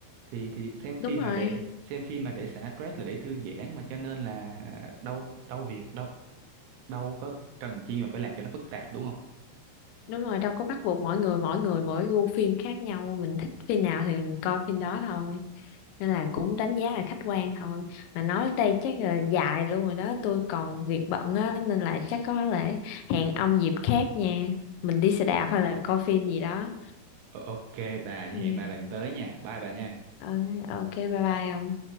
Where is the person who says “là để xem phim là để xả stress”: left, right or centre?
Right